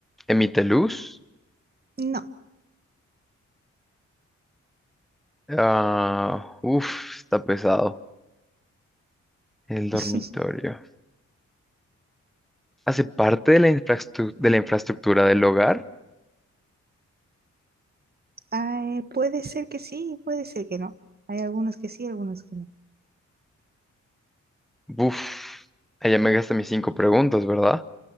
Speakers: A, in the centre; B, on the right.
A: emite luz.
B: no.
A: Ah, uf, está pesado. El dormitorio.
B: <laughs>
A: ¿Hace parte de la infraestru- de la infraestructura del hogar?
B: Ay, puede ser que sí, puede ser que no. Hay algunos que sí, algunos que no.
A: Uf, allá me gasté mis cinco preguntas, ¿verdad?